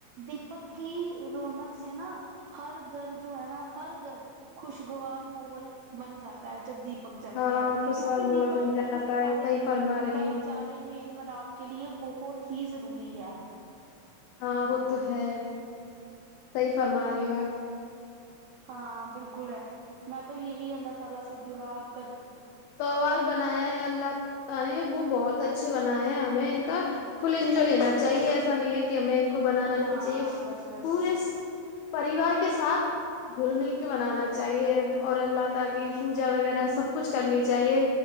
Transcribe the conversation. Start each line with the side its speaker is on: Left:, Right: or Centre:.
Right: دیپک کی رونق سے نا ہر گھر جو ہے نا ہر گھر خوشگوار موغل بن جاتا جب دیپک چلتے
Left: ہاں
Right: ہیں
Left: کچھ
Right: کیونکہ
Left: بار مغل
Right: دیپاولی
Left: بن جاتا
Right: ہی ہمارے
Left: ہے صحیح فرما رہی
Right: بھائی
Left: ہو
Right: چار میل ملاپ کے لیے بہت ہی ضروری ہے
Left: ہاں وہ تو ہے صحیح فرما رہے ہو آپ
Right: ہاں بالکل ہے میں تو یہی اللہ تعالی سے درا کر
Left: تہوار بنایا ہے اللہ تعالی نے وہ بہت اچھے بناائے ہیں ہمیں ان کا فل انجوائے لینا چاہیے ایسا نہیں ہے کہ ہمیں ان کو بنانا نہیں
Right: ہاں
Left: چاہیے
Right: بس بس
Left: پورے پریوار کے ساتھ گل مل کے بنانا چاہیے اور اللہ ت کی پوجا وغیرہ سب کچھ کرنی چاہیے